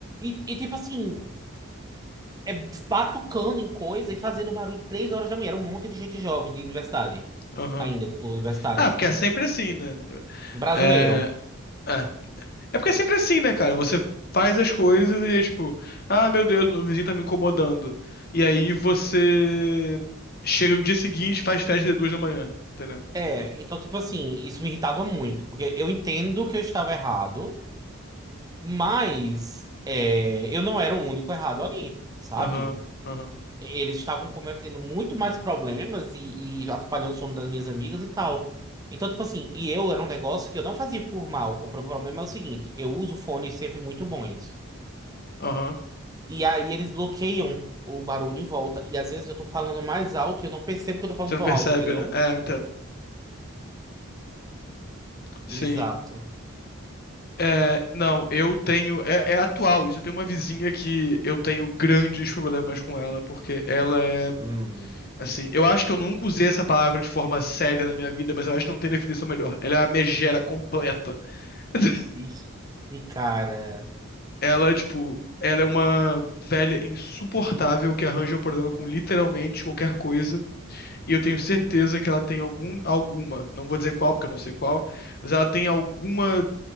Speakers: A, on the right; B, on the left.
A: E, e tipo assim, é, batucando em coisa e fazendo barulho três horas da manhã. Era um monte de gente jovem de universidade,
B: Aham.
A: ainda, tipo, universitário.
B: Ah, porque é sempre assim, né?
A: Brasileiro.
B: É. é. É porque é sempre assim, né, cara? Você faz as coisas e é tipo, ah, meu Deus, meu vizinho tá me incomodando. E aí você chega no dia seguinte, e faz festa de duas da manhã, entendeu?
A: É, então, tipo assim, isso me irritava muito, porque eu entendo que eu estava errado. Mas é, eu não era o único errado ali, sabe?
B: Aham, aham,
A: Eles estavam cometendo muito mais problemas e, e já atrapalhando o sono das minhas amigas e tal. Então, tipo assim, e eu era um negócio que eu não fazia por mal. O problema é o seguinte: eu uso fones sempre muito bons.
B: aham.
A: E aí eles bloqueiam o barulho em volta. E às vezes eu tô falando mais alto e eu não percebo que eu tô falando
B: Você não
A: tão
B: percebe,
A: alto, entendeu?
B: né? É, eu entendo. Sim.
A: Exato.
B: É, não, eu tenho. É, é atual isso. Eu tenho uma vizinha que eu tenho grandes problemas com ela, porque ela é.
A: Hum.
B: Assim, eu acho que eu nunca usei essa palavra de forma séria na minha vida, mas eu acho que não tem definição melhor. Ela é a megera completa. <laughs>
A: Ixi, cara.
B: Ela, tipo, ela é uma velha insuportável que arranja um problema com literalmente qualquer coisa. E eu tenho certeza que ela tem algum, alguma, não vou dizer qual, porque eu não sei qual, mas ela tem alguma